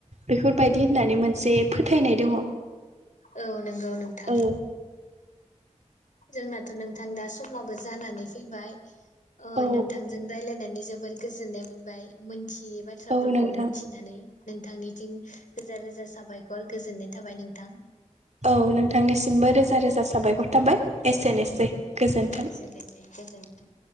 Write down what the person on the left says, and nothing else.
औ नंगौ नोंथां
जोंना थ' नोंथां दा समाबो जानानै फैबाय ओ
नोंथांजों रायज्लायनानै जोबोर गोजोननाय मोनबाय मोन थियै बाथ्राफोरखौ
मिथिनानै नोंथांनिथिं रोजा रोजा साबायखर गोजोननाय थाबाय नोंथां।
एसेनोसै गोजोनथों।